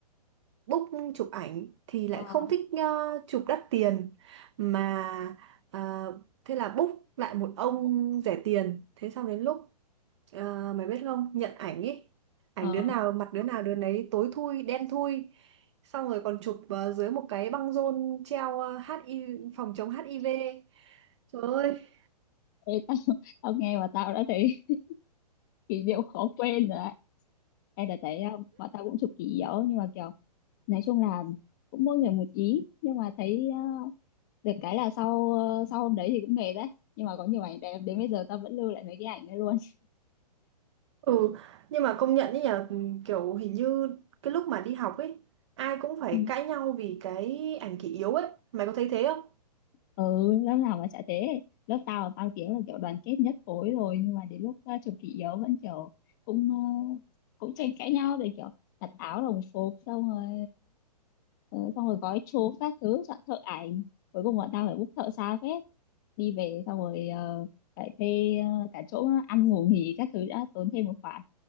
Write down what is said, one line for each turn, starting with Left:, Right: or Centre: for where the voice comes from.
Right: book chụp ảnh thì lại
Left: ờ
Right: không thích ờ, chụp đắt tiền mà ờ, thế là book lại một ông rẻ tiền. Thế xong đến lúc ờ, mày biết không, nhận ảnh ý, ảnh
Left: ờ
Right: đứa nào mặt đứa nào đứa nấy tối thui, đen thui. Xong rồi còn chụp ờ, dưới một cái băng rôn treo ờ, HIV phòng chống HIV. Trời ơi
Left: Ê, tao tao nghe mà tao đã thấy <laughs> kỷ niệm khó quên rồi đấy em đã thấy um, bọn tao cũng chụp kỷ yếu nhưng mà kiểu nói chung là cũng mỗi người một ý nhưng mà thấy uh, được cái là sau uh, sau hôm đấy thì cũng mệt đấy nhưng mà có nhiều ảnh đẹp đến bây giờ tao vẫn lưu lại mấy cái ảnh đấy luôn
Right: Ừ, nhưng mà công nhận ấy nhờ ừ, kiểu hình như cái lúc mà đi học ấy ai cũng phải
Left: <laughs>
Right: cãi nhau vì cái ảnh kỷ yếu ấy. Mày có thấy thế không?
Left: ừ lớp nào mà chả thế lớp tao bao tiếng là kiểu đoàn kết nhất khối rồi nhưng mà đến lúc ờ, chụp kỷ yếu vẫn kiểu cũng ờ, cũng tranh cãi nhau rồi kiểu đặt áo đồng phục xong rồi ờ, xong rồi gói chốt các thứ chọn thợ ảnh cuối cùng bọn tao phải book thợ xa phết đi về xong rồi ờ, phải thuê ờ, cả chỗ ăn ngủ nghỉ các thứ đã tốn thêm một khoản